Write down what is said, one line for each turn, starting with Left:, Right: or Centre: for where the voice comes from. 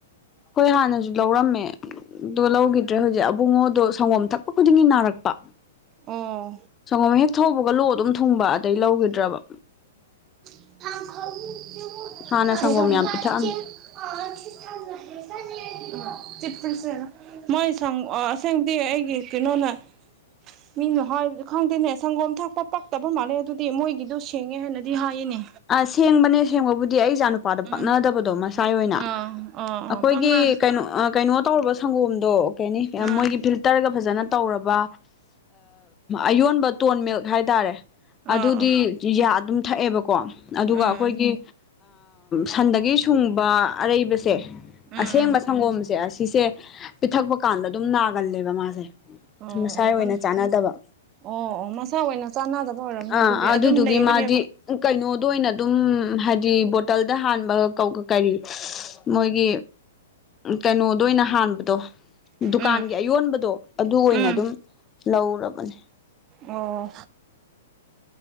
Left: ꯍꯣꯏ ꯍꯥꯟꯅꯁꯨ ꯂꯧꯔꯝꯃꯦ ꯑꯗꯨꯣ ꯂꯧꯈꯤꯗ꯭ꯔꯦ ꯍꯧꯖꯤꯛ ꯑꯕꯨꯡꯉꯣꯗꯣ ꯁꯪꯒꯣꯝ ꯊꯛꯄ ꯈꯨꯗꯤꯡꯒꯤ ꯅꯥꯔꯛꯄ
Right: ꯑꯣ
Left: ꯁꯪꯒꯣꯝ ꯍꯦꯛ ꯊꯧꯕꯒ ꯂꯨ ꯑꯗꯨꯝ ꯊꯨꯡꯕ ꯑꯗꯩ ꯂꯧꯈꯤꯗ꯭ꯔꯕ
Right: ꯑ <unintelligible>
Left: ꯍꯥꯟꯅ ꯁꯪꯒꯣꯝ ꯌꯥꯝ ꯄꯤꯊꯛꯑꯝꯃꯤ
Right: <inaudible> ꯃꯣꯏ ꯁ ꯑꯁꯦꯡꯗꯤ ꯑꯩꯒꯤ ꯀꯩꯅꯣꯅ ꯃꯤꯅ ꯍꯥꯏꯕ ꯈꯪꯗꯦꯅꯦ ꯁꯪꯒꯣꯝ ꯊꯥꯛꯄ ꯄꯛꯇꯕ ꯃꯥꯜꯂꯦ ꯑꯗꯨꯗꯤ ꯃꯣꯏꯒꯤꯗꯨꯣ ꯁꯦꯡꯉꯦ ꯍꯥꯏꯅꯗꯤ ꯍꯥꯏꯌꯦꯅꯦ
Left: ꯑ ꯁꯦꯡꯕꯅꯦ ꯁꯦꯡꯕꯕꯨꯗꯤ ꯑꯩ ꯏꯆꯥ ꯅꯨꯄꯥꯗ
Right: ꯎꯝ
Left: ꯄꯥꯛꯅꯗꯕꯗꯣ ꯃꯁꯦ ꯉꯥꯏ ꯑꯣꯏꯅ
Right: ꯑꯥ ꯑꯥ ꯑꯥ
Left: ꯑꯩꯈꯣꯏꯒꯤ
Right: ꯄꯥꯛꯅ
Left: ꯀꯩꯅꯣ ꯀꯩꯅꯣ ꯇꯧꯔꯕ ꯁꯪꯒꯣꯝꯗꯣ ꯀꯩꯅꯤ
Right: ꯑꯥ
Left: ꯃꯣꯏꯒꯤ ꯐ ꯇꯔꯒ ꯐꯖꯅ ꯇꯧꯔꯕ ꯑꯌꯣꯟꯕ ꯇꯣꯟ ꯃꯤꯜꯛ ꯍꯥꯏꯇꯥꯔꯦ
Right: ꯑꯥ
Left: ꯑꯗꯨꯗꯤ
Right: ꯑꯥ
Left: ꯑꯗꯨꯝ ꯊꯛꯑꯦꯕꯀꯣ ꯑꯗꯨꯒ
Right: ꯎꯝ
Left: ꯑꯩꯈꯣꯏꯒꯤ ꯁꯟꯗꯒꯤ ꯁꯨꯡꯕ ꯑꯔꯩꯕꯁꯦ
Right: ꯎꯝ ꯎꯝ
Left: ꯑꯁꯦꯡꯕ
Right: ꯎꯝ
Left: ꯁꯪꯒꯣꯝꯁꯦ ꯑꯁꯤꯁꯦ ꯄꯤꯊꯛꯄ ꯀꯥꯟꯗ ꯑꯗꯨꯝ ꯅꯥꯒꯜꯂꯦꯕ ꯃꯥꯁꯦ
Right: ꯑꯣ
Left: ꯃꯁꯥꯏ
Right: ꯑꯣ
Left: ꯑꯣꯏꯅ
Right: ꯀꯥꯟ
Left: ꯆꯥꯟꯅꯗꯕ
Right: ꯑꯣ ꯑꯣ ꯃꯆꯥꯥꯎ ꯑꯣꯏꯅ ꯆꯥꯟꯅꯗꯕ ꯑꯣꯏꯔꯝꯅꯦ
Left: ꯑꯥ
Right: ꯑꯗꯨꯗꯤ
Left: ꯑꯗꯨꯗꯨꯒꯤ
Right: ꯑꯗꯨꯝ ꯂꯩꯕꯅꯦꯕ
Left: ꯃꯥꯗꯤ ꯀꯩꯅꯣꯗ ꯑꯣꯏꯅ ꯑꯗꯨꯝ ꯍꯥꯏꯗꯤ ꯕꯣꯇꯜꯗ ꯍꯥꯟꯕ ꯀꯔꯤ ꯃꯣꯏꯒꯤ ꯀꯩꯅꯣꯗ ꯑꯣꯏꯅ ꯍꯥꯟꯕꯗꯣ ꯗꯨꯀꯥꯟꯒꯤ
Right: ꯎꯝ
Left: ꯑꯌꯣꯟꯕꯗꯣ ꯑꯗꯨ ꯑꯣꯏꯅ
Right: ꯎꯝ
Left: ꯑꯗꯨꯝ ꯂꯧꯔꯕꯅꯦ
Right: ꯑꯣ